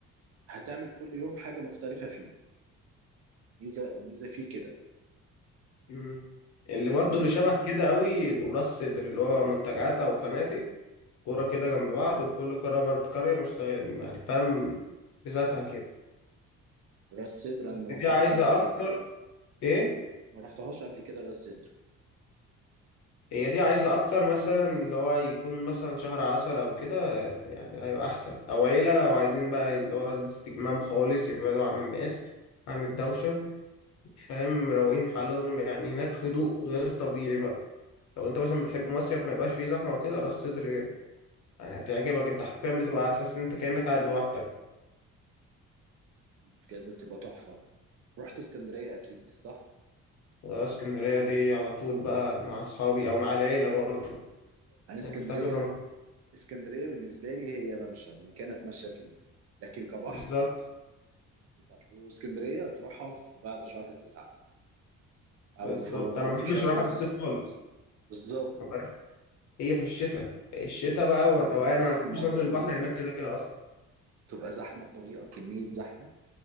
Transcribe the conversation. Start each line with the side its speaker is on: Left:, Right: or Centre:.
Right: هتعمل كل يوم حاجة مختلفة فيه ميزة الميزة فيه كده
Left: مم. اللي برضو
Right: آه،
Left: اللي شبه كده قوي القلاص صدر اللي هو منتجعات او فنادق كوره كده جنب بعض وكل قرية برضو قرية مستغل يعني فاهم بذاتها كده
Right: راس سدر أنا ما رحتهاش
Left: بس دي عايزة
Right: قبل كده
Left: اكتر ايه
Right: ما رحتهاش قبل كده راس سدر
Left: هي دي عايزة اكتر مثلا اللي هو يكون مثلا شهر عسل او كده يعني ايوه احسن او عيلة او عايزين بقى اللي هو الاستجمام خالص يبعدوا عن الناس عن الدوشة فاهم مروقين حالهم يعني هناك هدوء غير طبيعي بقى لو انت مثلا بتحب مصيف ما يبقاش فيه زحمة وكده راس صدر يعني هتعجبك انت حرفيا بتبقى هتحس ان انت كأنك قاعد لوحدك
Right: بجد بتبقى تحفة رحت اسكندرية أكيد صح؟
Left: اسكندرية دي على طول بقى مع اصحابي او مع العيلة برضه
Right: أنا اسكندرية
Left: يعني رحتها كذا مرة
Right: اسكندرية بالنسبة لي هي ممشى مكان أتمشى فيه لكن كبحر
Left: بالظبط
Right: مينفعش. واسكندرية تروحها في بعد شهر تسعة أو
Left: بالظبط
Right: في أو
Left: انا ما
Right: في
Left: بحبش
Right: شهر
Left: اروحها
Right: تسعة
Left: في الصيف خالص
Right: بالظبط
Left: عارف؟ هي في الشتاء الشتاء
Right: تبقى
Left: بقى والروقان
Right: زحمة
Left: انا ما بحبش انزل
Right: بطريقة
Left: البحر هناك كده كده اصلا
Right: تبقى زحمة بطريقة كمية زحمة ما